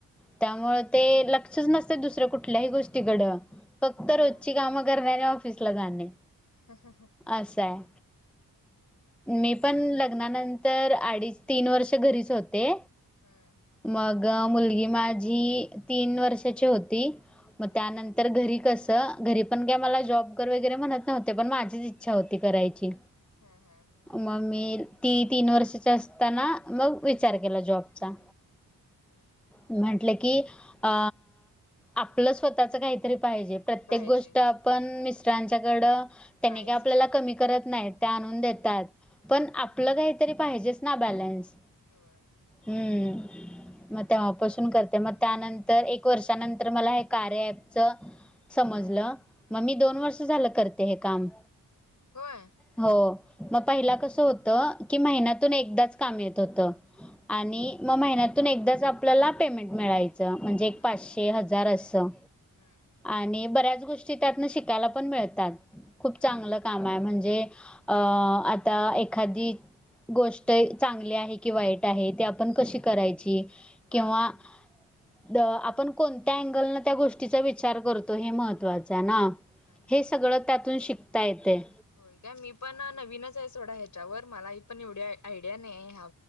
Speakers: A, in the centre; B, on the left (about 50°).
A: त्यामुळं ते लक्षच नसतयं दुसऱ्या कुठल्याही गोष्टीकडं फक्त
B: हा
A: रोजची
B: हा
A: कामं करने आणि ऑफिसला जाणे.
B: हं हं हं
A: असयं मी पण लग्नानंतर अडीच तीन वर्ष घरीच होते.
B: हं
A: मग मुलगी माझी तीन वर्षाची होती. म
B: हा
A: त्यानंतर घरी कसं घरी पण काय मला जॉब वगैरे म्हणतं नव्हते पण माझीच इच्छा होती करायची.
B: हा हा
A: मग मी ती तीन वर्षाच्या असताना, मग विचार केला जॉबचा.
B: हम्
A: म्हटलं, की अ आपलं स्वतःच काहीतरी पाहिजे. प्रत्येक
B: पाहिजे
A: गोष्ट आपण मिस्टरांच्याकड त्याने
B: नाहीच
A: आपल्याला
B: की
A: कमी करत नाही ते आणून
B: नाही हम्म
A: देतात. पण आपलं काहीतरी पाहिजेच ना बॅलेन्स.
B: होय.
A: हम मग तेव्हापासून करते मग त्यानंतर एक वर्षानंतर मला हे कार्या अँपच समजलं मग मी
B: हा
A: दोन
B: हा
A: वर्ष झालं करते हे काम
B: होय-
A: हो मग पहिला कसं होतं की महिन्यातून एकदाच काम येत होतं
B: हम्म
A: आणि मग महिन्यातून एकदाच आपल्याला पेमेंट मिळा म्हणजे एक
B: हम्म
A: पाचशे
B: हम्म
A: हजार असं
B: हम्म
A: आणि बऱ्याच गोष्टी त्यातनं शिकायला पण मिळतात. खूप
B: हम्म
A: चांगलं
B: हम्म
A: कामहायं म्हणजे अं आता एखादी गोष्ट एक चांगली आहे कि वाईट आहे ते आप पण कशी
B: हा
A: करायची किंवा
B: हा
A: द आपण कोणत्या अँगल न त्या गोष्टीचा विचार करतो हे महत्त्वाचं आहे ना
B: हा हा
A: हे सगळं त्यातून शिकता येतेयं
B: होय काय मी पण नवीनच आहे सोडा ह्याच्यावर मला पण एवढी आयडिया नाही ह्या